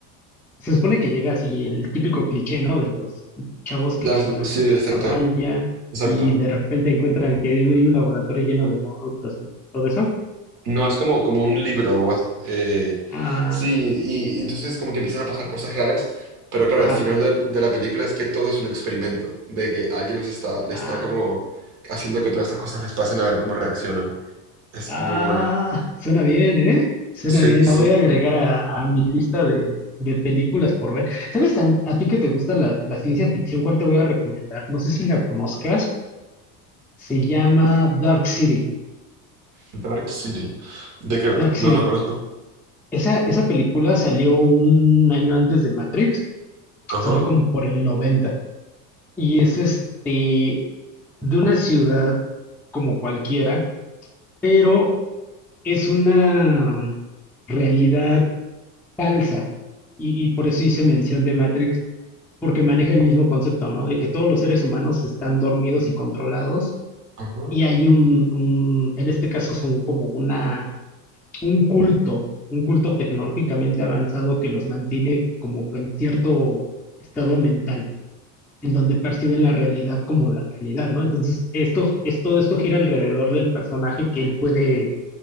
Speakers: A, in the centre; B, on the right (about 80°).
A: se supone que llega así el típico cliché, ¿no? De los chavos
B: Ya
A: que llegan
B: las-
A: a
B: sí,
A: una
B: exacto,
A: cabaña
B: exacto.
A: y de repente encuentran que hay un laboratorio lleno de monstruos y todo eso.
B: No, es como, como un libro. o as- eh,
A: Ah,
B: sí, y, y entonces como que empiezan a pasar cosas raras. Pero claro,
A: Ajá.
B: al final del- de, la película es que todo es un experimento. De que alguien los está, le está
A: Ah,
B: como haciendo que todas estas cosas les pasen a ver cómo reaccionan. Es
A: ah,
B: muy bueno.
A: suena bien, ¿eh? Suena
B: Sí,
A: bien.
B: sí.
A: La voy a agregar a, a mi lista de, de películas por ver. ¿Sabes a, a ti que te gusta la, la ciencia ficción? ¿Cuál te voy a recomendar? No sé si la conozcas. Se llama Dark City.
B: Dark City. ¿De qué va?
A: Dark
B: No,
A: City.
B: no conozco.
A: Esa, esa película salió un año antes de Matrix.
B: Ajá,
A: Salió como por el noventa Y es este de una ciudad como cualquiera, pero es una realidad falsa. Y, y por eso hice mención de Matrix, porque maneja el mismo concepto, ¿no? De que todos los seres humanos están dormidos y controlados
B: ajá.
A: y hay un, un- en este caso son como una, un culto, un culto tecnológicamente avanzado que los mantiene como en cierto estado mental, en donde perciben la realidad como la realidad, ¿no? Entonces, esto, es, todo esto gira alrededor del personaje que él puede